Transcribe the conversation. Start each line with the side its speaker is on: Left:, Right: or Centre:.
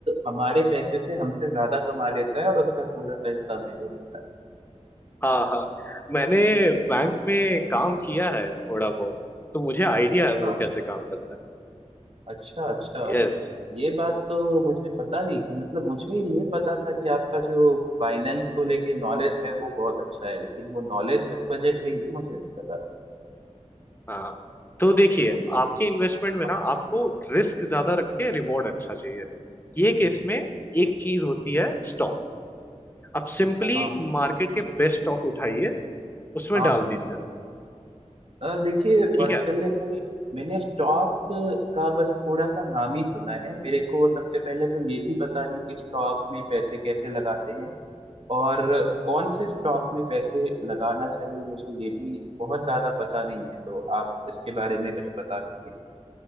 Right: हमारे पैसे से हमसे ज्यादा कमा लेता है और उसका थोड़ा सा हिस्सा हमें दे देता है
Left: हाँ हाँ मैंने बैंक में काम किया है थोड़ा बहुत तो मुझे आइडिया
Right: अच्छा
Left: है वो कैसे काम करता
Right: अच्छा अच्छा
Left: है यस
Right: ये बात तो मुझे पता नहीं थी मतलब मुझे ये पता था कि आपका जो फाइनेंस को लेके नॉलेज है वो बहुत अच्छा है लेकिन वो नॉलेज इस वजह से ये मुझे नहीं पता था
Left: हाँ तो देखिए
Right: हाँ
Left: आपके इन्वेस्टमेंट में
Right: हाँ,
Left: ना आपको रिस्क ज्यादा रख के रिवॉर्ड अच्छा चाहिए ये
Right: जी
Left: केस
Right: जी
Left: में एक चीज होती है स्टॉक आप सिंपली
Right: अच्छा हाँ
Left: मार्केट के बेस्ट स्टॉक उठाइए उसमें
Right: हाँ
Left: डाल
Right: हाँ
Left: दीजिए
Right: अ, देखिए
Left: ठीक
Right: वात्सल्य
Left: है
Right: भाई मैंने स्टॉक का बस थोड़ा सा नाम ही सुना है मेरे को सबसे पहले तो ये भी पता नहीं कि स्टॉक में पैसे कैसे लगाते हैं और कौन से स्टॉक में पैसे लगाना चाहिए मुझे ये भी बहुत ज्यादा पता नहीं है तो आप इसके बारे में कुछ बता सके